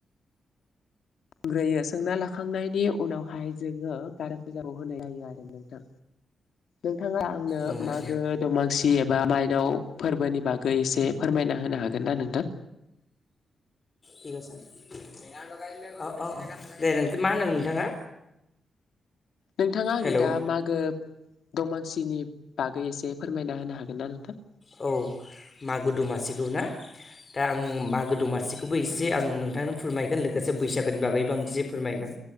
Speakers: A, on the left (about 70°); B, on the left (about 25°).
A: ग्रोयो सोंना लाखांनायनि उनावहाय जोङो कारा फुजाखौ होनाय जायो आरो नोंथां। नोंथाङा आंनो
B: उम उम
A: मागो दमासि एबा मायनाव फोरबोनि बागै एसे फोरमायना होनो हागोन ना नोंथां?
B: फैगासिनो अ अ अ दे नों मा होनदों नोंथाङा?
A: नोंथाङा आंनो
B: हेलौ
A: दा मागो दमांसिनि बागै एसे फोरमायना होनो हागोन ना नोंथां।
B: औ मागो दमासिखौ ना? दा आं मागो दमासिखौबो एसे आं नोंथांनो फोरमायगोन लोगोसे बैसागोनि बागैबो आं एसे फोरमायगोन